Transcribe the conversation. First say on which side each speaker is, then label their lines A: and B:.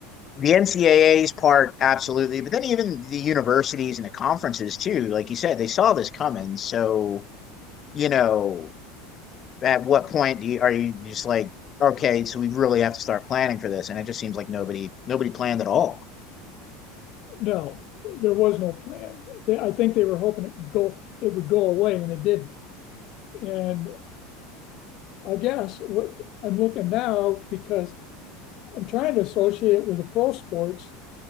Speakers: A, on the left; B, on the left.
A: the NCAA's part, absolutely, but then even the universities and the conferences too. Like you said, they saw this coming. So you know, at what point do you, are you just like, okay, so we really have to start planning for this? And it just seems like nobody nobody planned at all.
B: No, there was no plan. They, I think they were hoping it go it would go away, and it didn't. And I guess what I'm looking now because I'm trying to associate with the pro sports